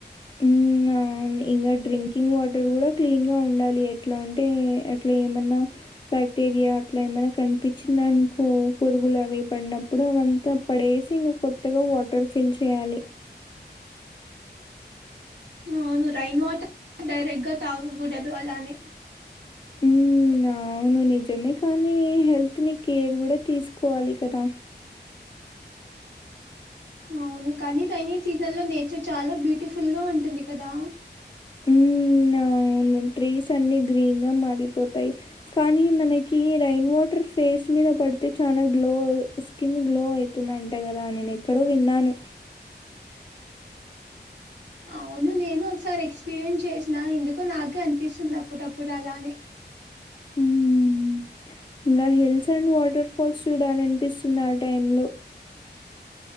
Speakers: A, on the left; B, on the right.
A: ఊ ఇంకా డ్రింకింగ్ వాటర్ కూడా క్లీన్ గా ఉండాలి ఎట్లా అంటే అట్లా ఏమన్నా బ్యాక్టీరియా అట్లా ఏమైనా కనిపించిందనుకో పురుగులు అవి పడినప్పుడు అవంతా పడేసి ఇంకా కొత్తగా వాటర్ ఫిల్ చేయాలి
B: అవును రైన్ వాటర్ డైరెక్ట్ గా తాగకూడదు అలానే
A: ఉ అవును నిజమే కానీ హెల్త్ ని కేర్ కూడా తీసుకోవాలి. కదా
B: అవును కానీ రైనీ సీజన్ లో నేచర్ చాలా బ్యూటిఫుల్ గా ఉంటుంది. కదా
A: ఉ అవును ట్రీస్ అన్ని గ్రీన్గా మారిపోతాయి కానీ మనకి రైన్ వాటర్ ఫేస్ మీద పడితే చాలా గ్లో స్కిన్ గ్లో అయితుంది. అంట గదా నేను ఎక్కడో విన్నాను
B: అవును నేను ఒకసారి ఎక్స్పీరియన్స్ చేసిన ఎందుకో నాగే అనిపిస్తుంది. అప్పుడప్పుడు అలానే
A: మ్ ఇంకా హిల్స్ అండ్ వాటర్ ఫాల్స్ చూడాలనిపిస్తుంది. ఆ టైమ్ లో